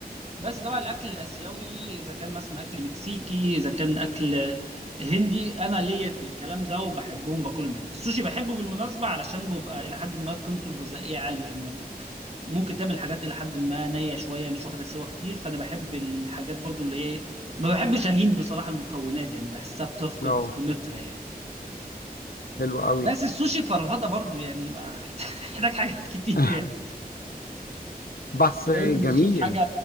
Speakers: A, on the right; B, on the left.
A: بس طبعا الاكل الاسيوي اذا كان مثلا اكل مكسيكي اذا كان اكل هندي انا ليا في الكلام ده وبحبهم باكلهم يعني السوشي بحبه بالمناسبه علشان بيبقى الى حد ما قيمته الغذائيه عاليه يعني ما بت... ممكن تعمل حاجات الى حد ما نيه شويه مش واخده سوا كتير فانا بحب الحاجات برضو اللي هي ما بحبش اهين بصراحه المكونات يعني بحسها بتفقد
B: اه
A: قيمتها يعني
B: حلوه قوي
A: بس السوشي فرهده برضو يعني ما <laughs> محتاج حاجات كتير
B: <laughs>
A: يعني
B: بس
A: ممكن
B: جميل
A: نشوف حاجه